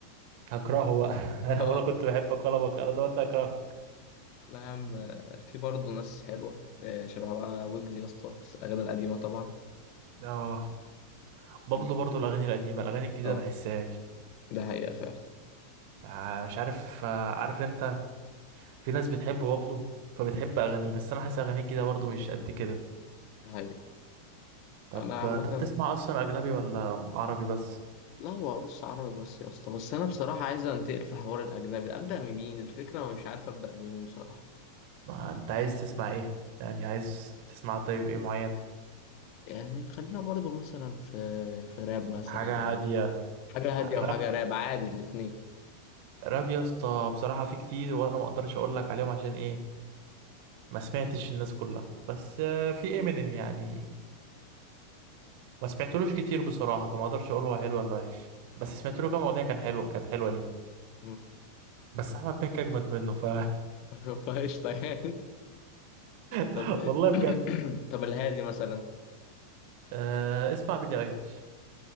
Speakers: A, on the right (about 45°); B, on the left (about 40°).
A: هكرهه بقى <laughs>
B: <laughs>
A: أنا ولا كنت بحبك
B: اه
A: ولا بك أنا دلوقتي هكرهك
B: لا يا عم آه، في برضه ناس حلوة آه، شبه بقى ويجز يا اسطى بس الأغاني القديمة طبعا
A: آه بابلو
B: فاهم؟
A: برضو الأغاني القديمة الأغاني الجديدة
B: اه
A: بحسهاش
B: ده حقيقة فعلا
A: آه، مش عارف آه، عارف أنت في ناس بتحب بابلو فبتحب أغانيه بس أنا حاسس أغانيه الجديدة برضو مش قد كده
B: ده حقيقة
A: طب
B: أنا عامة
A: انت بتسمع اصلا اجنبي ولا عربي بس
B: لا هو بص عربي بس يا اسطى بس أنا بصراحة عايز أنتقل في حوار الأجنبي أبدأ من مين الفكرة ومش عارف أبدأ من مين بصراحة
A: ما انت عايز تسمع ايه يعني عايز تسمع طيب ايه معين
B: يعني خلينا برضو مثلا في في راب مثلا
A: حاجة
B: او
A: هادية
B: حاجة
A: راب
B: هادية او حاجة راب عادي الاتنين
A: راب يا اسطى بصراحة في كتير وانا ما اقدرش اقول لك عليهم عشان ايه ما سمعتش الناس كلها بس آه، في امينيم يعني ما سمعتلوش كتير بصراحة فما اقدرش اقول هو حلو ولا وحش بس سمعت له كام اغنية كان حلوة كانت حلوة ليه
B: مم.
A: بس احمد بنك اجمد منه ف
B: <laughs> فقشطة يعني طب
A: <laughs>
B: ما
A: والله بجد
B: <clears throat> طب الهادي مثلا
A: أه اسمع بيلي ايليش